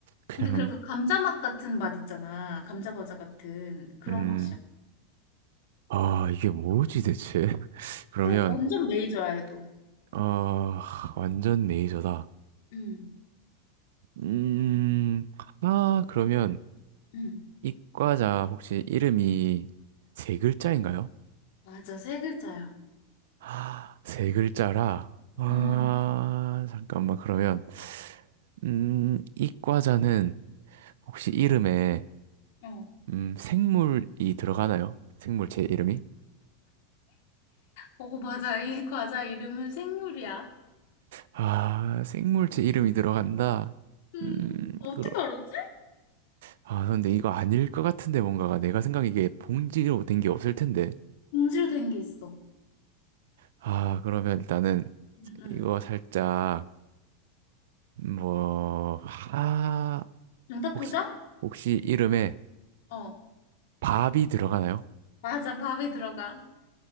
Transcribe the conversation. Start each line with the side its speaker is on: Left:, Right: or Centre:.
Right: 그냥,
Left: 근데 그리고 감자 맛 같은 맛 있잖아. 감자 과자 같은 그런
Right: 음,
Left: 맛이야.
Right: 아, 이게 뭐지 대체? <laughs> 그러면,
Left: 완전 메이저야, 해도.
Right: 어, 완전 메이저다.
Left: 응.
Right: 음, 아, 그러면
Left: 응.
Right: 이 과자 혹시 이름이 세 글자인가요?
Left: 맞아, 세 글자야.
Right: 아 세 글자라. 아,
Left: 응.
Right: 잠깐만, 그러면, 음, 이 과자는 혹시 이름에,
Left: 어.
Right: 음, 생물이 들어가나요? 생물체 이름이?
Left: 어, 맞아. 이 과자 이름은 생물이야.
Right: 아, 생물체 이름이 들어간다.
Left: 음,
Right: 음,
Left: 어떻게
Right: 그러,
Left: 알았지?
Right: 아, 근데 이거 아닐 것 같은데, 뭔가가. 내가 생각하 이게 봉지로 된 게 없을 텐데.
Left: 봉지로 된 게 있어.
Right: 아, 그러면 일단은
Left: 응, 응.
Right: 이거 살짝, 뭐, 아,
Left: 정답
Right: 혹시,
Left: 도전?
Right: 혹시 이름에
Left: 어,
Right: 밥이 들어가나요?
Left: 맞아. 밥이 들어가.